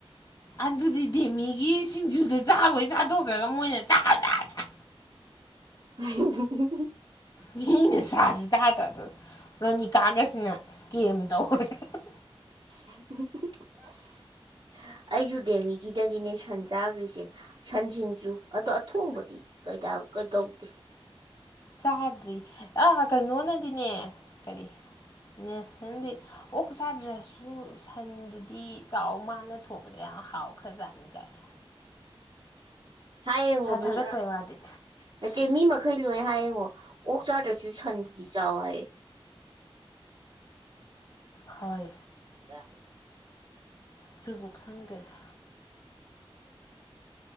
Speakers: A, on the left; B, on the right.
A: ꯑꯗꯨꯗꯤ ꯗꯦꯃꯤꯒꯤ ꯁꯤꯡꯖꯨꯗꯨ ꯆꯥꯒꯣꯏ ꯆꯥꯊꯣꯛꯈ꯭ꯔꯒ ꯃꯣꯏꯅ ꯆꯥ ꯆꯥ ꯆꯥ
B: ꯎꯍꯨꯝ ꯍꯨꯝ ꯎꯍꯨꯝ ꯎꯍꯨꯝ
A: ꯃꯤꯅ ꯆꯥ ꯆꯥ ꯇ ꯇ ꯔꯅꯤ ꯀꯥꯒꯁꯅ ꯏꯁꯀꯦꯝ ꯇꯧꯈ꯭ꯔꯦ ꯍꯦ ꯍꯦ
B: ꯎꯍꯨꯛ ꯎꯍꯨꯛ ꯎꯍꯨꯛ ꯑꯩꯖꯨ ꯗꯦꯃꯤꯒꯤꯗꯒꯤꯅꯦ ꯁꯟ ꯆꯥꯒ꯭ꯔꯤꯁꯦ ꯁꯟꯁꯤꯡꯖꯨ ꯑꯗꯣ ꯑꯊꯣꯡꯕꯗꯤ ꯀꯩꯗꯥꯎ ꯀꯩꯗꯧꯗꯦ
A: ꯆꯥꯗ꯭ꯔꯤ ꯑꯥ ꯀꯩꯅꯣꯅꯗꯤꯅꯦ ꯀꯔꯤ ꯅꯦꯜꯁꯟꯗꯤ ꯑꯣꯛ ꯆꯥꯗ꯭ꯔꯁꯨ ꯁꯟꯗꯨ ꯇꯤ ꯆꯥꯎ ꯃꯥꯅ ꯊꯣꯡꯕꯗ ꯌꯥꯝ ꯍꯥꯎ ꯈꯖꯥꯠꯅꯤ ꯒꯥꯏꯅ
B: ꯍꯥꯏꯉ ꯃꯃꯤ
A: ꯊꯥꯒꯠꯄꯩ ꯋꯥꯗꯤ
B: ꯅꯠꯇ ꯃꯤ ꯃꯈꯩ ꯂꯣꯏ ꯍꯥꯏꯌꯦꯡꯉꯣ ꯑꯣꯛ ꯆꯥꯗ꯭ꯔꯁꯨ ꯁꯟꯗꯨꯗꯤ ꯆꯥꯎ ꯍꯥꯏꯌꯦ
A: ꯍꯣꯏ
B: ꯌꯥ
A: ꯑꯗꯨꯕꯨ ꯈꯪꯗꯦꯗ